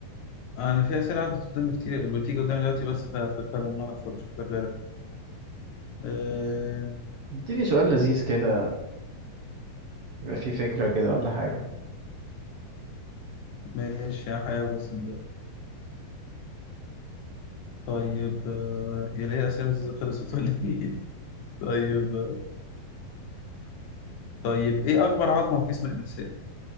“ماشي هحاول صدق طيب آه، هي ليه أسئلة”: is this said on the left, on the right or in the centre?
Left